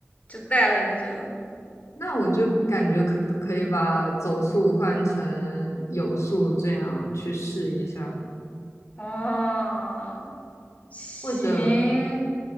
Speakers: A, on the left; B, on the left.
A: 就带了一个这个。
B: 那我就感觉可不可以把走速换成游速，这样去试一下，
A: 哦，行，
B: 或者